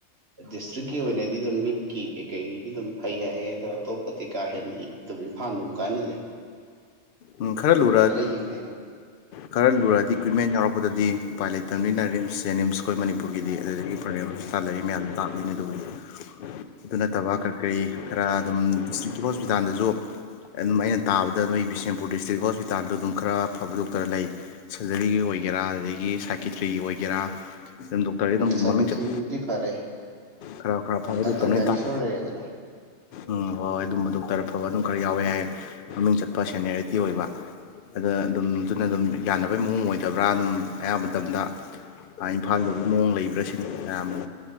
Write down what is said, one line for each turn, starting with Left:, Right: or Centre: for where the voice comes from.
Right: ꯗꯤꯁꯇ꯭ꯔꯤꯛꯀꯤ ꯑꯣꯏꯅꯗꯤ ꯑꯗꯨꯝ ꯃꯤꯠꯀꯤ ꯀꯩ ꯀꯩꯒꯤꯗꯤ ꯑꯗꯨꯝ ꯐꯩ ꯍꯥꯏꯌꯦ ꯑꯗꯣ ꯑꯇꯣꯞꯄꯗꯤ ꯀꯥ ꯍꯦꯟꯅ ꯑꯗꯨꯝ ꯏꯝꯐꯥꯜꯗ ꯑꯗꯨꯝ ꯀꯥꯅꯔꯦ
Left: ꯎꯝ ꯈꯔ ꯂꯨꯔꯛ
Right: ꯌꯦꯡꯅꯩꯑꯕ
Left: ꯈꯔ ꯂꯨꯔꯗꯤ ꯏꯀ꯭ꯋꯤꯞꯃꯦꯟ ꯌꯥꯎꯔꯛꯄꯗꯗꯤ ꯎꯄꯥꯏ ꯂꯩꯇꯕꯅꯤꯅ ꯔꯤꯝꯁ ꯖꯦꯅꯤꯝꯁ ꯑꯩꯈꯣꯏ ꯃꯅꯤꯄꯨꯔꯒꯤꯗꯤ ꯑꯗꯨꯗꯒꯤ ꯄ꯭ꯔꯥꯏꯕꯦꯠ ꯍꯣꯁꯄꯤꯇꯥꯜ ꯂꯩꯔꯤ ꯃꯌꯥꯝꯁꯦ ꯇꯥꯗꯣꯏꯅꯤ ꯑꯗꯨꯕꯨꯗꯤ ꯑꯗꯨ ꯅꯠꯇꯕ ꯀꯔꯤ ꯀꯔꯤ ꯈꯔ ꯑꯗꯨꯝ ꯗꯤꯁꯇ꯭ꯔꯤꯛꯀꯤ ꯍꯣꯁꯄꯤꯇꯥꯜꯗꯁꯨ ꯑꯗꯨꯝ ꯑꯩꯅ ꯇꯥꯕꯗ ꯅꯣꯏ ꯕꯤꯁꯦꯟꯄꯨꯔ ꯗꯤꯁꯇ꯭ꯔꯤꯛ ꯍꯣꯁꯄꯤꯇꯥꯜꯗ ꯑꯗꯨꯝ ꯈꯔ ꯐꯕ ꯗꯣꯛꯇꯔ ꯂꯩ ꯁꯔꯖꯔꯤꯒꯤ ꯑꯣꯏꯒꯦꯔꯥ ꯑꯗꯨꯗꯒꯤ ꯁꯥꯏꯀꯦꯇ꯭ꯔꯤꯒꯤ ꯑꯣꯏꯒꯦꯔꯥ ꯑꯗꯨꯝ ꯗꯣꯛꯇꯔꯗꯤ ꯑꯗꯨꯝ
Right: ꯎꯝ ꯁꯥꯏꯀꯦꯇ꯭ꯔꯤꯒꯤꯕꯨꯗꯤ
Left: ꯃꯃꯤꯡ ꯆꯠ
Right: ꯐꯔꯦ
Left: ꯈꯔ ꯈꯔ ꯐꯕ
Right: ꯗꯥꯛꯇꯔ
Left: ꯗꯣꯛꯇꯔ ꯅꯣꯏ
Right: ꯒꯥꯏꯅꯦꯁꯣꯔ
Left: ꯇꯥꯛ
Right: ꯂꯩꯔꯦꯗꯅ
Left: ꯎꯝ ꯍꯣꯏ ꯍꯣꯏ ꯑꯗꯨꯝꯕ ꯗꯣꯛꯇꯔ ꯑꯐꯕ ꯑꯗꯨꯝ ꯈꯔ ꯌꯥꯎꯋꯦ ꯍꯥꯏ ꯃꯃꯤꯡ ꯆꯠꯄ ꯁꯦꯟꯅꯤꯌꯔ ꯊꯤ ꯑꯣꯏꯕ ꯑꯗ ꯑꯗꯨꯝ ꯑꯗꯨꯅ ꯑꯗꯨꯝ ꯌꯥꯅꯕꯩ ꯃꯑꯣꯡ ꯑꯣꯏꯗꯕ꯭ꯔꯥ ꯑꯗꯨꯝ ꯑꯌꯥꯝꯕ ꯃꯇꯝꯗ ꯏꯝꯐꯥꯜꯗꯒꯤ ꯃꯑꯣꯡ ꯂꯩꯕ꯭ꯔꯥ ꯁꯤ ꯃꯌꯥꯝ ꯑꯃ